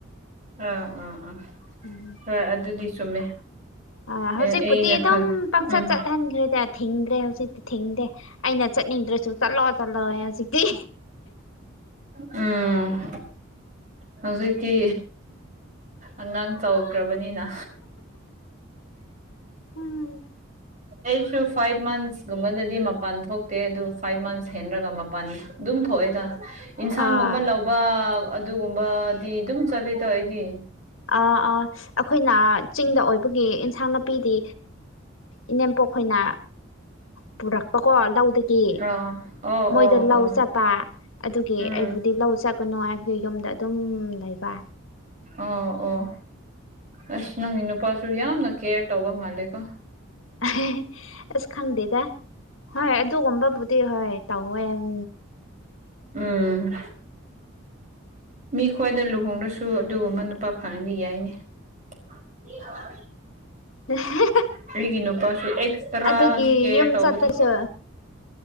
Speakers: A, on the right (about 35°); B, on the left (about 75°).
A: ꯑꯥ ꯑꯥ ꯑꯥ
B: ꯎꯝ
A: ꯍꯣꯏ ꯑꯗꯨꯗꯤ ꯆꯨꯝꯃꯦ
B: ꯑꯥ ꯍꯧꯖꯤꯛꯄꯨꯗꯤ
A: ꯑꯦ ꯑꯩꯅ
B: ꯑꯗꯨꯝ
A: ꯈꯪꯉꯦ
B: ꯄꯪꯆꯠ
A: ꯎꯝ
B: ꯆꯠꯍꯟꯈ꯭ꯔꯦꯗ ꯊꯤꯡꯗ꯭ꯔꯦ ꯍꯧꯖꯤꯛꯇꯤ ꯊꯤꯡꯗꯦ ꯑꯩꯅ ꯆꯠꯅꯤꯡꯗ꯭ꯔꯁꯨ ꯆꯠꯂꯣ ꯆꯠꯂꯣ ꯍꯧꯖꯤꯛꯇꯤ
A: ꯎꯝ ꯍꯧꯖꯤꯛꯛꯇꯤ ꯑꯉꯥꯡ ꯆꯥꯎꯈ꯭ꯔꯕꯅꯤꯅ
B: ꯎꯝ
A: ꯑꯩꯁꯨ ꯐꯥꯏꯚ ꯃꯟꯁꯀꯨꯝꯕꯗꯗꯤ ꯃꯄꯥꯟ ꯊꯣꯛꯇꯦ ꯑꯗꯨ ꯐꯥꯏꯚ ꯃꯟꯁ ꯍꯦꯟꯂꯒ ꯄꯥꯜ ꯑꯗꯨꯝ ꯊꯣꯛꯑꯦꯗ ꯌꯦꯟꯁꯥꯡꯒꯨꯝꯕ
B: ꯑꯥ
A: ꯂꯧꯕ ꯑꯗꯨꯒꯨꯝꯕꯗꯤ ꯑꯗꯨꯝ ꯆꯠꯂꯤꯗ ꯑꯩꯗꯤ꯫
B: ꯑꯥ ꯑꯥ ꯑꯩꯈꯣꯏꯅ ꯆꯤꯡꯗ ꯑꯣꯏꯕꯒꯤ ꯏꯟꯁꯥꯡ ꯅꯥꯄꯤꯗꯤ ꯏꯅꯦꯝꯄꯣꯛ ꯈꯣꯏꯅꯥ ꯄꯨꯔꯛꯄꯀꯣ ꯂꯧꯗꯒꯤ
A: ꯑꯥ ꯑꯣ
B: ꯃꯣꯏꯗ
A: ꯑꯣ
B: ꯂꯧ
A: ꯑꯣ
B: ꯆꯠ ꯄꯥ ꯑꯗꯨꯒꯤ
A: ꯎꯝ
B: ꯑꯩꯕꯨꯗꯤ ꯂꯧ ꯆꯠꯀꯅꯨ ꯍꯥꯏꯕꯒꯤ ꯌꯨꯝꯗ ꯑꯗꯨꯝ ꯂꯩꯕ꯫
A: ꯑꯣ ꯑꯣ ꯑꯁ ꯅꯪꯗꯤ ꯅꯨꯞ ꯄꯁꯨ ꯌꯥꯝꯅ ꯀꯦꯌꯔ ꯇꯧꯕ ꯃꯥꯜꯂꯦꯀꯣ꯫
B: <unintelligible> ꯑꯁ ꯈꯪꯗꯦꯗ ꯍꯣꯏ ꯑꯗꯨꯒꯨꯝꯕꯕꯨꯗꯤ ꯍꯣꯏ ꯇꯧꯋꯦ ꯎꯝ
A: ꯎꯝ ꯃꯤ ꯈ꯭ꯋꯥꯏꯗ ꯂꯨꯍꯣꯡꯗ꯭ꯔꯁꯨ ꯑꯗꯨꯒꯨꯝꯕ ꯅꯨꯄꯥ ꯐꯪꯉꯗꯤ ꯌꯥꯏꯅꯦ꯫ <unintelligible>
B: <unintelligible>
A: ꯑꯩꯒꯤ ꯅꯨꯄꯥꯁꯨ ꯑꯩꯈꯛꯇꯔ
B: ꯑꯗꯨꯒꯤ
A: ꯀꯦꯌꯔ
B: ꯌꯨꯝ
A: ꯇꯧꯕꯗꯨ
B: ꯆꯠꯇ꯭ꯔꯁꯨ